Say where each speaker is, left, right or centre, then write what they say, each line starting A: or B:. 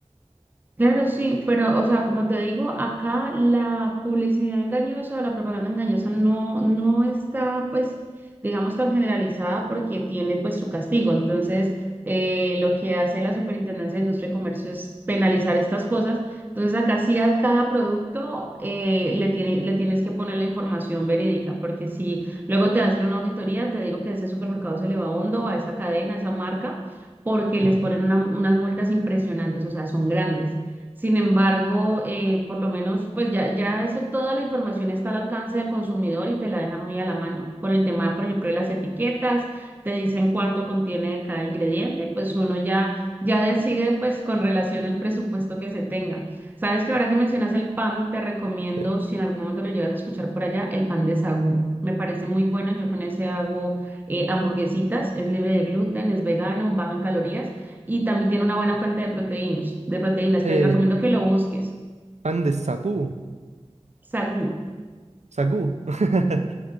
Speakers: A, on the right; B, on the right.
A: Claro, sí, pero, o sea, como te digo, acá la publicidad engañosa o la propaganda engañosa no, no está, pues, digamos, tan generalizada porque tiene, pues, su castigo. Entonces, eh, lo que hace la Superintendencia de Industria y Comercio es penalizar estas cosas. Entonces, acá sí a cada producto eh, le tiene, le tienes que poner la información verídica, porque si luego te hacen una auditoría, te digo que ese supermercado se le va hondo a esa cadena, a esa marca, porque
B: <laughs>
A: les
B: Ujú,
A: ponen una- unas multas impresionantes, o sea, son grandes. Sin embargo, eh, por lo menos, pues ya, ya eso, toda la información está al alcance del consumidor y te la deja muy a la mano. Por el tema, por ejemplo, de las etiquetas, te dicen cuánto contiene de cada ingrediente, pues uno ya, ya decide pues con relación al presupuesto que se tenga. Sabes que ahora que mencionas el pan, te recomiendo,
B: sí.
A: si en algún momento lo llegas a escuchar por allá, el pan de sagú. Me parece muy bueno, yo con ese hago eh, hamburguesitas, es libre de gluten, es vegano, bajo en calorías y también tiene una
B: No.
A: buena fuente de proteínas, de proteínas.
B: Eh,
A: Te recomiendo que lo busques.
B: pan de sapú,
A: Sagú.
B: sagú. <laughs>